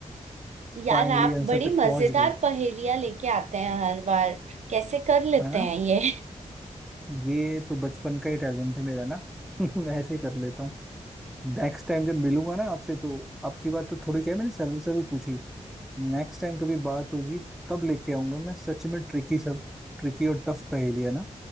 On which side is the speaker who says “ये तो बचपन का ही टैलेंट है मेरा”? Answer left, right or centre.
Centre